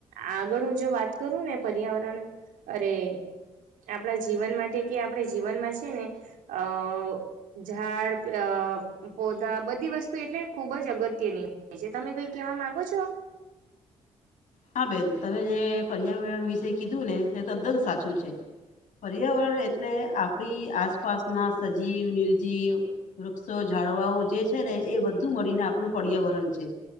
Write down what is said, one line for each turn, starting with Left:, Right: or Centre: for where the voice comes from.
Right: આગળ હું જો વાત કરું ને પર્યાવરણ અરે આપણા જીવન માટે કે આપણે જીવનમાં છે ને અ ઝાડ પોધા બધી વસ્તુ એટલે ખુબ જ અગત્યની પજે તમે કઈ કેવા માંગો છો.
Left: હા બેન તમે જે પર્યાવરણ વિશે કીધું ને તે તદ્દન સાચું છે. પર્યાવરણ એટલે આપડી આસપાસના સજીવ, નિર્જીવ વૃક્ષો, ઝાળવાઓ જે છે ને એ બધું મળીને આપે આપણું પર્યાવરણ છે